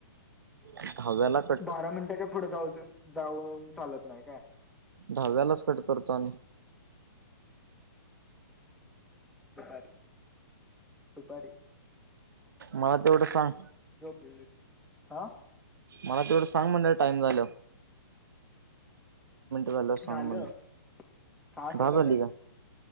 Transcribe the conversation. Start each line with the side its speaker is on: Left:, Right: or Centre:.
Right: दहाव्याला कट
Centre: बारा मिनटाच्या पुढे जाऊ जाऊन चालत नाही काय
Right: दहाव्यालाच कट करतो्
Centre: दपारी दपारी
Right: मला तेवढं सांग
Centre: झो पली हा
Right: मला तेवढं सांग म्हणडे टाइम झालं. झाल्यावर सांग
Centre: झालं
Right: म्हणलं.
Centre: सहा
Right: दहा
Centre: सेकंद
Right: झाली
Centre: आहेत.
Right: काय?